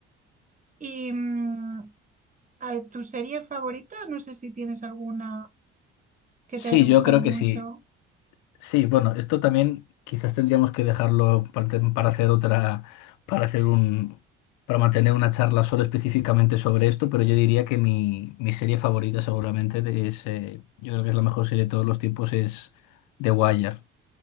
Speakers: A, on the right; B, on the left.
A: Y mm, a- tu serie favorita, no sé si tienes alguna que
B: Sí,
A: te haya gustado
B: yo creo
A: mucho.
B: que sí. Sí, bueno, esto también quizás tendríamos que dejarlo pa- para hacer otra, para hacer un, para mantener una charla solo específicamente sobre esto, pero yo diría que mi, mi serie favorita seguramente de- es, eh, yo creo que es la mejor serie de todos los tiempos, es The Wire.